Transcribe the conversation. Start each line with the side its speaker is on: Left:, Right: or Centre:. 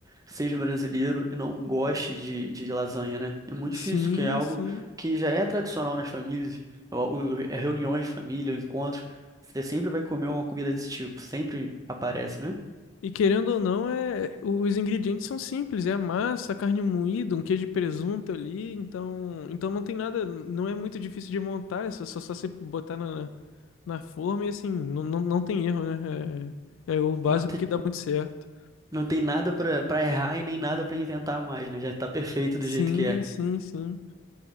Right: seja brasileiro e não goste de, de lasanha, né? É muito
Left: Sim,
Right: difícil, que é algo
Left: sim.
Right: que já é tradicional nas famílias, ou- ou- é reuniões de família, ou encontros. Você sempre vai comer uma comida desse tipo, sempre aparece, né?
Left: E querendo ou não, é, os ingredientes são simples, é a massa, a carne moída, um queijo de presunto ali, então, então não tem nada, não é muito difícil de montar, é só, só, só você botar na, na forma e assim, não, não, não tem erro, né? É, é o básico
Right: Não,
Left: que dá muito certo.
Right: não tem nada pra, pra errar e nem nada pra inventar mais, né? Já tá perfeito do
Left: Sim,
Right: jeito que é.
Left: sim, sim.